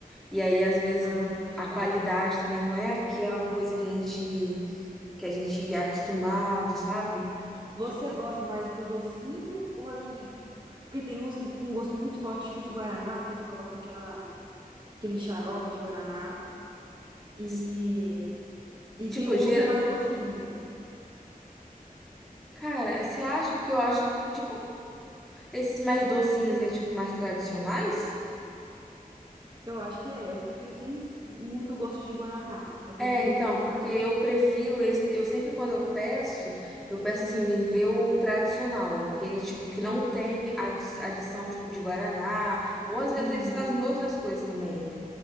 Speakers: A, in the centre; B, on the right (about 30°).
A: E aí às vezes
B: ai, imagino.
A: a qualidade também não é aquela coisa que a gente que a gente é acostumado, sabe?
B: Você
A: Tipo,
B: gosta mais pro docinho ou aquele. Porque tem uns que ficam com um gosto muito forte, tipo de guaraná, que eles colocam aquela, aquele xarope de guaraná. E,
A: se-
B: e
A: tipo,
B: tem uns
A: gera-
B: que é mais docinho.
A: cara, você acha porque eu acho, tipo, esses mais docinhos é tipo mais tradicionais?
B: Eu acho que é. Eu prefiro sem muito gosto de guaraná. Eu prefiro
A: É, então,
B: o natural.
A: porque eu prefiro esse, eu sempre quando eu peço, eu peço assim, me vê o tradicional, aquele tipo que não tem adi- adição tipo de guaraná, ou às vezes
B: Uhum,
A: eles fazem de outras coisas também, né?